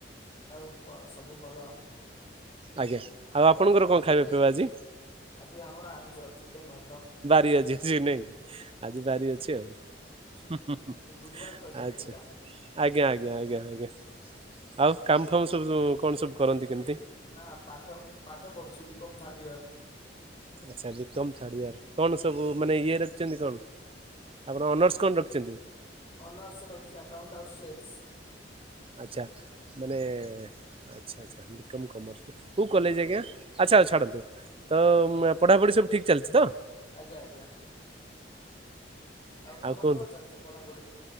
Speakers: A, on the left (about 30°); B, on the right (about 30°).
A: ଆଉ କ ସବୁ ଭଲ?
B: ଆଜ୍ଞା, ଆଉ ଆପଣଙ୍କର କଣ ଖାଇବା ପିଇବା ଆଜି?
A: ଆଜି ଆମର ଆଇଁଚ ଚିକେନ ଭା
B: ବାରି ଅଛି ଜିନେଇ ଆଜି ବାରି ଅଛି ଆଉ। ହୁଁ ହୁଁ ହୁଁ
A: ଆଜି ବୁଧବାର ତ ସେଇଥିପାଇଁକା
B: ଆଚ୍ଛା ଆଜ୍ଞା ଆଜ୍ଞା ଆଜ୍ଞା ଆଜ୍ଞା ଆଉ? କାମ ଫାମ ସବୁ ସୁ କଣ ସବୁ କରନ୍ତି କେମିତି?
A: ନା ପାଠ ପାଠ ପଢୁଛି ବିକମ ଥାର୍ଡ ଇୟର।
B: ଆଚ୍ଛା ବିକମ ଥାର୍ଡ ଇୟର, କଣ ସବୁ ମାନେ
A: ଆଜ୍ଞା।
B: ଇଏ ରଖିଛନ୍ତି କଣ ଆପଣ ଅନର୍ସ କଣ ରଖିଛନ୍ତି?
A: ଅନର୍ସ ରଖଛି ଆକାଉଣ୍ଟ ଆଉ ସେଟ୍ସ।
B: ଆଚ୍ଛା ମାନେ ଆଚ୍ଛା ଆଚ୍ଛା ବିକମ୍ କମର୍ସ। କୋଉ କଲେଜ ଆଜ୍ଞା ଆ ଆଚ୍ଛା ଛାଡନ୍ତୁ ତ ମୁଁ ଆ ପଢ଼ାପଢ଼ି ସବୁ ଠିକ୍ ଚାଲିଛି ତ?
A: ଆଜ୍ଞା ଆଜ୍ଞା ତମର
B: ଆଉ କୁହନ୍ତୁ,
A: କଣ ଚାଲିଛି ପଢାପଢି